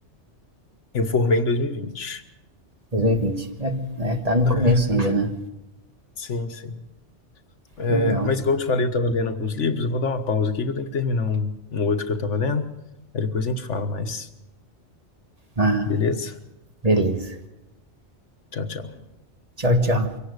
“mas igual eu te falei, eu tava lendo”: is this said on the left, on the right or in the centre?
Left